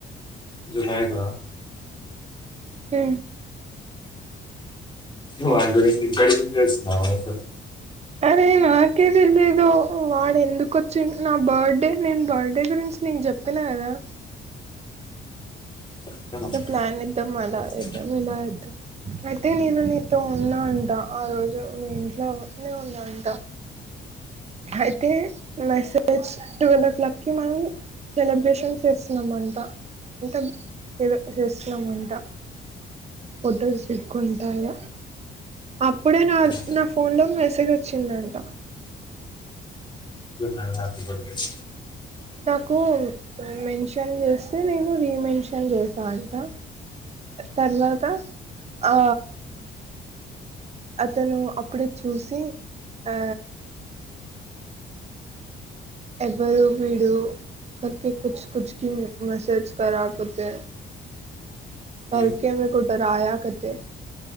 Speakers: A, on the left; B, on the right.
A: జునైట
B: ఉ
A: వాటి గురించి ఇంకా డెసిషన్ చేస్తున్న అసలు
B: అరే నాకే తెలియదు వాడు ఎందుకోచ్చి నా బర్త్డే నేను బర్త్డే గురించి నీకు చెప్పిన కదా
A: చెప్పకనే
B: ఇట్లా
A: వస్తున్నాను.
B: ప్లాన్ ఎద్దాం అలా
A: చెప్పు.
B: ఎద్దాం ఇలా ఇలా ఎద్దము అయితే నేను నీతో ఉన్నా అంట ఆ రోజు మీ ఇంట్లోనే ఉన్నా అంట అయితే మెసేజ్ ట్వీల్వ్ క్లాక్ కి మనం సెలబ్రేషన్ చేస్తున్నామంట అంటే ఏదో చేస్తున్నాము అంట ఫోటోస్ దిక్కుంట ఇగ అప్పుడే నా
A: హ్మ్.
B: నా ఫోన్ లో మెసేజ్ వచ్చిందంట
A: ఏముంది హ్యాపీ బర్త్డే అని
B: కు మెన్షన్ చేస్తే నేను రీ మెన్షన్ చేశా అంట తర్వాత ఆ అతను అప్పుడు చూసి ఆ ఎవరు విడు కర్కే కుచ్ కుచ్ కి మెసేజ్ కారకుతే కర్కే
A: హ్మ్.
B: మే కు రాయ కతే